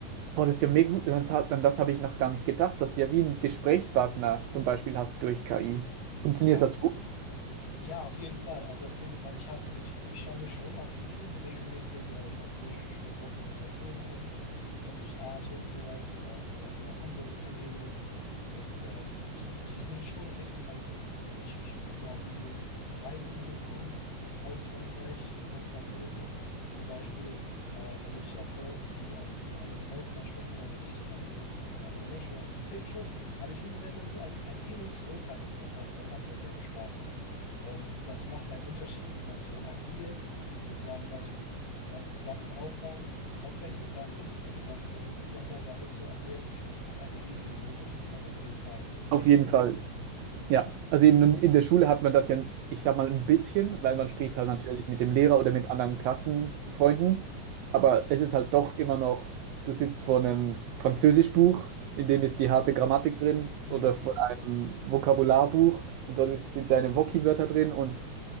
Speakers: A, on the right; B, on the left.
A: Boah, das ist ja mega gut. Das hat, an das habe ich noch gar nicht gedacht, dass du ja wie einen Gesprächspartner zum Beispiel hast durch KI. Funktioniert
B: Ja,
A: das gut?
B: ja, auf jeden Fall. Also auf jeden, weil ich habe, ich, ich schaue mir schon auf YouTube regelmäßig äh, französische Dokumentationen an, äh, durch Arte und sowas oder, oder, oder andere Kanäle. Und ähm, die, die sind schon richtig, also die, und ich, ich gucke mir auch Videos, Reisevideos an in- aus Frankreich von Französen zum Beispiel, äh, damit ich auch höre, die auch mit anderen Leuten dann spreche, damit ich das auch so von anderen Menschen höre. Und das hilft schon. Aber ich finde, wenn man so ein, ein Hin und Zurück hat auf, auf der, auf derselben Sprache. Ähm, das macht einen Unterschied, wenn man so agiert und dann das, was gesagt wird, auffängt, auffängt und dann das, ähm, dann versucht nochmal damit zu agieren. Ich finde, das macht einen riesigen Unterschied. Also auf jeden Fall, das ist ein
A: Auf
B: richtiger
A: jeden Fall.
B: Luxus.
A: Ja, also eben in der Schule hat man das ja, ich sag mal, ein bisschen, weil man spricht
B: Mhm.
A: halt natürlich mit dem Lehrer oder mit anderen Klassenfreunden, aber es ist halt doch immer noch, du sitzt vor einem Französischbuch, in dem ist die harte Grammatik drin
B: Mhm.
A: oder vor einem Vokabularbuch und dort ist, sind deine Woki-Wörter drin und